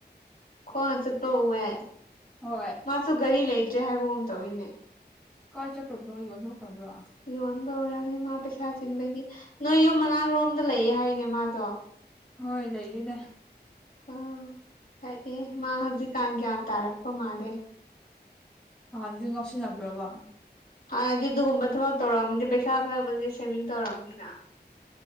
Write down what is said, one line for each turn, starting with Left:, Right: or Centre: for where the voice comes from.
Left: <unintelligible>
Centre: ꯍꯣꯏ
Left: ꯃꯥꯁꯨ ꯒꯥꯔꯤ ꯂꯩꯇ꯭ꯔꯦ ꯍꯥꯏꯕꯒꯨꯝ ꯇꯧꯋꯤꯅꯦ
Centre: ꯀꯥꯏ ꯆꯠꯈ꯭ꯔꯕ꯭ꯔ ꯌꯣꯟꯊꯣꯛꯈ꯭ꯔꯕ꯭ꯔ
Left: ꯌꯣꯟꯕ ꯑꯣꯏꯔꯝꯅꯤ ꯃꯥ ꯄꯩꯁꯥ ꯆꯤꯟꯕꯒꯤ ꯅꯣꯏ ꯌꯨꯝ ꯃꯅꯥꯛꯔꯣꯝꯗ ꯂꯩꯌꯦ ꯍꯥꯏꯅꯦ ꯃꯥꯗꯣ
Centre: ꯍꯣꯏ ꯂꯩꯌꯦꯅꯦ
Left: ꯑꯣ ꯐꯥꯏꯑ ꯃꯥ ꯍꯧꯖꯤꯛꯀꯥꯟ ꯒ꯭ꯌꯥꯟ ꯇꯥꯔꯛꯄ ꯃꯥꯜꯂꯦ
Centre: ꯍꯥꯟꯗꯤ ꯉꯥꯎꯁꯤꯟꯅꯕ꯭ꯔꯕ
Left: ꯍꯥꯟꯅꯗꯤ ꯑꯗꯨꯒꯨꯝꯕ ꯊꯕꯛ ꯇꯧꯔꯛꯑꯗꯤ ꯄꯩꯁꯥ ꯈꯔꯕꯨꯗꯤ ꯁꯦꯚꯤꯡ ꯇꯧꯔꯝꯅꯤꯅ